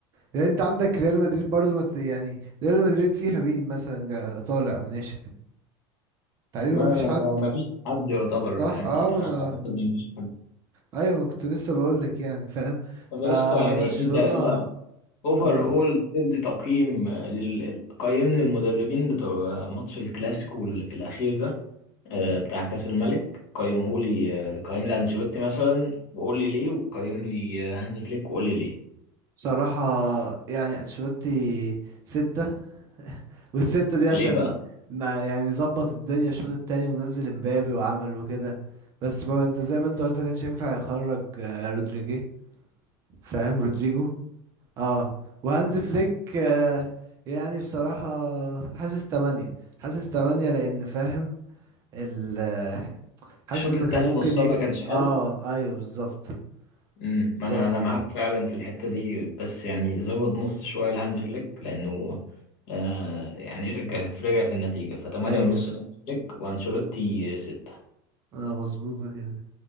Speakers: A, on the right; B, on the left.
A: يعني انت عندك ريال مدريد برضو ما ت- يعني ريال مدريد فيها مين مثلا جا- طالع من ناشئ تقريبا
B: ما
A: ما فيش حد
B: ما فيش حد يعتبر
A: صح
B: يعني
A: اه ما
B: اعتقد
A: انا
B: ما فيش حد
A: ايوه ما كنت لسه بقول لك يعني فاهم
B: طب
A: فبرشلونه
B: يا اسطى يعني انت انت اوفر
A: اه
B: اول تدي تقييم لل... قيمني المدربين بتوع ماتش الكلاسيكو الاخير ده آه، بتاع كاس الملك قيمه لي آه، قيم لي انشيلوتي مثلا وقول لي ليه وقيم لي آه، هانز فليك وقول لي ليه
A: بصراحه يعني انشيلوتي ستة والستة دي عشان
B: ليه بقى
A: ما- يعني ظبط الدنيا الشوط التاني ونزل امبابي وعمل وكده بس بقى انت زي ما انت قلت كانش ينفع يخرج آه، رودريجي فاهم رودريجو اه وهانز فليك آه، يعني بصراحة حاسس تمانية حاسس تمانية لأن فاهم ال آه، حاسس
B: الشوط
A: انه
B: الثاني
A: كان ممكن
B: نصها
A: يكسب
B: ما كانش حلو
A: اه ايوه بالظبط
B: امم
A: بالظبط
B: ما انا انا معاك
A: يعني
B: فعلا في الحته دي بس يعني زود نص شويه لهانز فليك لانه آه يعني رجع رجع في النتيجه ف 8
A: ايوه
B: ونص لهانز فليك وانشيلوتي 6
A: اه مظبوطة كده